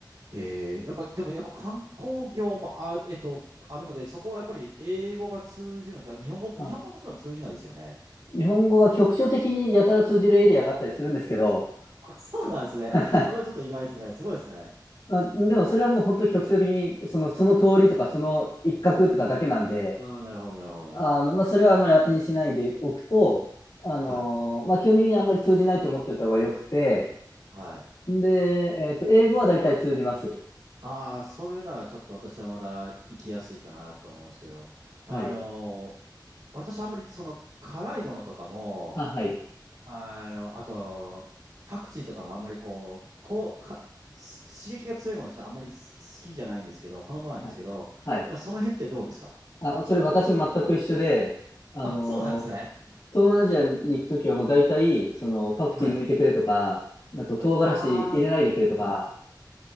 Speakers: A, on the right; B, on the left.
A: ええ、やっぱ、でもやっぱ観光業もある、えっと、あるので、そこはやっぱり英語が通じるんですか日本語も、
B: あ、
A: 日本語はもちろん通じないですよね。
B: 日本語は局所的にやたら通じるエリアがあったりするんですけど、
A: <laughs> あそうなんですね。
B: はい。
A: それはちょっと意外ですね。すごいですね。
B: まあ、でもそれはもう本当に局所的に、その、その通りとか、その一角とかだけなんで、
A: ああ、なるほど、なるほど。
B: あの、まあ、それはあんまり当てにしないでおくと、あのーまあ、
A: はい。
B: 基本的にあんまり通じないと思っておいた方がよくて、
A: はい。
B: で、えっと、英語は大体通じます。
A: ああ、それならちょっと私はまだ行きやすいかなと思うんですけど、
B: はい。
A: あのー私あんまりその辛いものとかも、
B: あ、はい。
A: あの、あと、パクチーとかもあんまりこう、こう、か、す刺激が強いものちょっとあんまり好き好きじゃないんですけど、好まないんですけど、
B: はい。はい。
A: その辺ってどうですか
B: あ、それ私も全く一緒で、あのー
A: あ、そうなんですね。
B: 東南アジアに行くときはもう大体、その、パクチー抜いてくれとか、
A: はい。
B: あと唐辛子入れないでくれとか、
A: ああ、はい。